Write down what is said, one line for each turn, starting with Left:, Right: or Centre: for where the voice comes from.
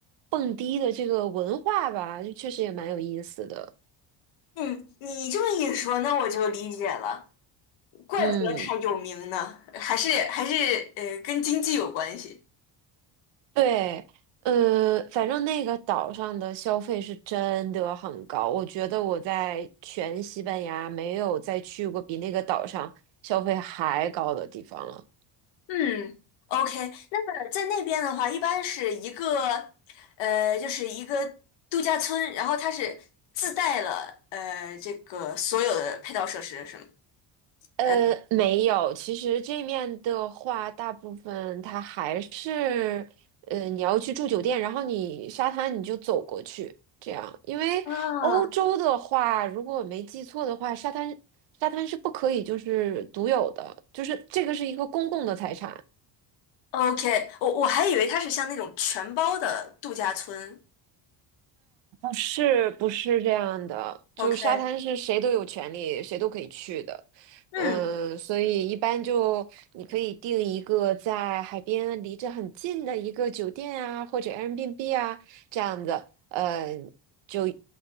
Right: 蹦迪的这个文化吧，就确实也蛮有意思的。
Left: 嗯，你这么一说，那我就理解了，怪不得他有名呢，
Right: 嗯。
Left: 还是还是呃跟经济有关系。
Right: 对，呃，反正那个岛上的消费是真的很高，我觉得我在全西班牙没有再去过比那个岛上消费还高的地方了。
Left: 嗯，OK，那么在那边的话，一般是一个呃，就是一个度假村，然后它是自带了呃这个所有的配套设施，是吗？
Right: 呃，
Left: 嗯。
Right: 没有，其实这面的话，大部分它还是，呃，你要去住酒店，然后你沙滩你就走过去，这样。因为欧洲的话，
Left: 啊，
Right: 如果我没记错的话，沙滩沙滩是不可以就是独有的，就是这个是一个公共的财产。
Left: OK，我我还以为它是像那种全包的度假村。
Right: 是不是这样的？
Left: OK，
Right: 就沙滩是谁都有权利，谁都可以去的。
Left: 嗯
Right: 嗯，所以一般就你可以订一个在海边离着很近的一个酒店啊，或者 Airbnb 啊这样子。嗯，就